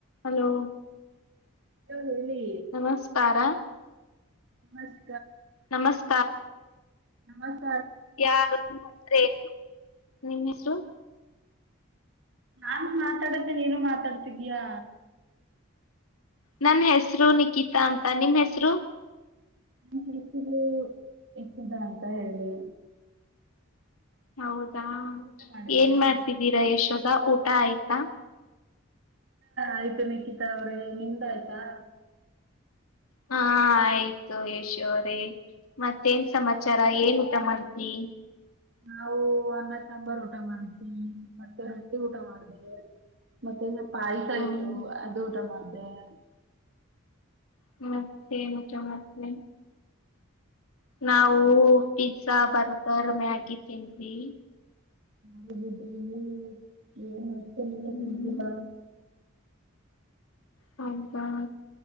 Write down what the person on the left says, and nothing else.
Hello
ನಮಸ್ಕಾರ
ನಮಸ್ಕಾರ
ಯಾರು ರೆ ನಿಮ್ಮ ಹೆಸರು
ನನ್ ಹೆಸರು ನಿಕಿತಾ ಅಂತ ನಿಮ ಹೆಸರು
ಹೌದು
ಏನ್ ಮಾಡ್ತಿದ್ದೀರಾ ಯಶೋದಾ ಊ ಟಾ ಐತಾ
ಹಾ ಆಯ್ತು ಯಶೋ್ರೇ ಮತ್ತೇನ್ ಸಮಾಚಾರ ಏನ್ ಊಟ ಮಾಡತ್ಿ
ಹ್ಮ್
ಹ್ಮ ಸೇ ಮ ಮಾಡತ ನಾವು ಪಿಜಜಾ ಬರ್ಗರ್ ಮ್ಯಾಗಿ ತಿನ್್ವಿ
ಹ್ಮ್
ಹೌದಾ